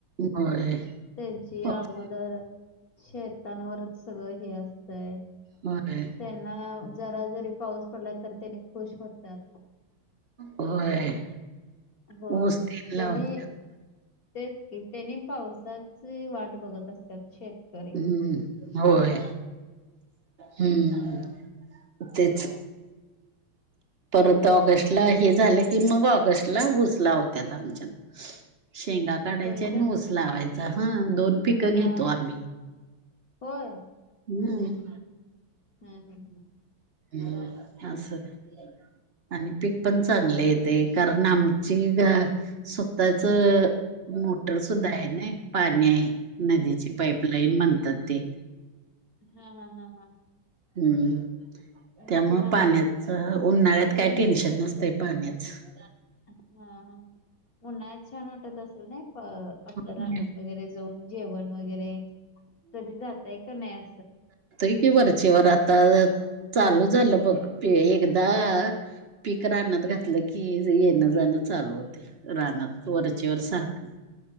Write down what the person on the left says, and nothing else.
त्यांची
अगोदर शेतांवरच सगळं हे असतय.
त्यांना जरा जरी पाऊस पडला तर त्याने खुश होतात.
हो
त्यांनी
तेच की त्यानी पावसाची वाट बघत असतात शेतकरी
होय
का
हा
होय.
हम हम हम
हा हा हा हा
मग
तुम्हाला
ऊन
हा.
हा उन्हाळत छान वाटत असल ना अ आपलं
रानण्यात वगैरे जाऊन जेवण वगैरे तरी जातय का नाही